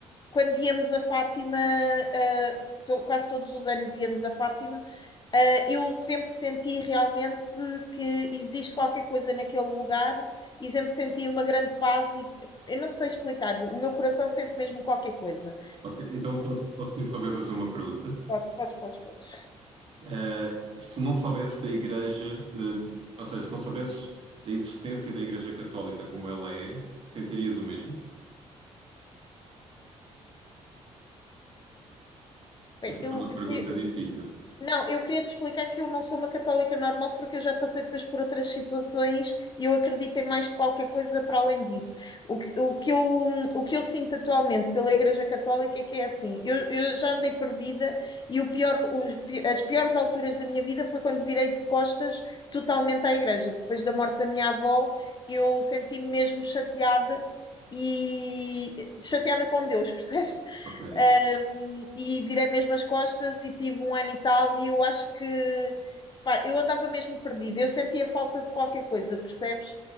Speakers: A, on the left; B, on the right.
A: quando íamos a Fátima, uh, to, quase todos os anos íamos a Fátima, uh, eu sempre senti realmente que existe qualquer coisa naquele lugar e sempre senti uma grande paz e eu não te sei explicar, o meu coração sente mesmo qualquer coisa.
B: Ok, então posso, posso te interromper para fazer uma pergunta?
A: Podes, podes, podes, podes.
B: Eh, se tu não soubesses da Igreja, de- ou seja, se não soubesses da existência da Igreja Católica como ela é, sentirias o mesmo?
A: Bem,
B: Essa
A: eu,
B: é uma
A: eu
B: pergunta
A: queria,
B: difícil.
A: Não, eu queria te explicar que eu não sou uma católica normal porque eu já passei depois por outras situações e eu acredito em mais qualquer coisa para além disso. O que, o que eu, o que eu sinto atualmente pela Igreja Católica é que é assim, eu, eu já andei perdida e o pior, os pi- as piores alturas da minha vida foi quando virei de costas totalmente à Igreja. Depois da morte da minha avó, eu senti-me mesmo chateada e chateada com Deus, <laughs> percebes?
B: Ok.
A: Um, e virei mesmo as costas e tive um ano e tal, e eu acho que pá, eu andava mesmo perdida, eu sentia falta de qualquer coisa, percebes?